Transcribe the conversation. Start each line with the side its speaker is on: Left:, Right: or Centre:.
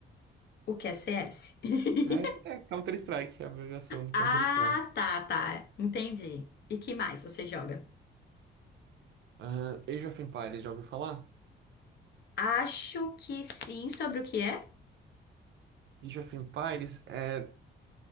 Left: O que é CS? <laughs>
Right: CS é Counter-Strike, é a abreviação de
Left: Ah,
Right: Counter-Strike.
Left: tá, tá. Entendi. E que mais você joga?
Right: Ah, Age of Empires, já ouviu falar?
Left: Acho que sim, sobre o que é?
Right: Age of Empires é.